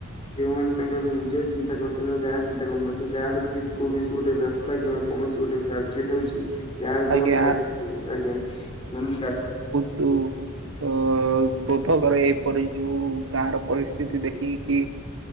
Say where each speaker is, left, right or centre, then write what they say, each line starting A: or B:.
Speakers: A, on the left (about 25°); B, on the right (about 65°).
A: ଯେଉଁମାନେ ତାଙ୍କର ନିଜ ଚିନ୍ତା କରୁଛନ୍ତି ଗାଁ ଚିନ୍ତା କରୁନାହାନ୍ତି ଗାଁ ର ଯଦି କୌଣସି ଗୋଟେ ରାସ୍ ରାସ୍ତା କିମ୍ବା କୌଣସି ଗୋଟେ କା କାର୍ଯ୍ୟ ହେଉଛି ଗାଁରେ କୌଣସି
B: ଆଜ୍ଞା
A: କାର୍ଯ୍ୟ <unintelligible> ଆଜ୍ଞା କୌଣସି କାର୍ଯ୍ୟ
B: ତୁ <unintelligible> କରେ ଏପରି ଯୋଉ ଗାଁର ପରିସ୍ଥିତି ଦେଖିକି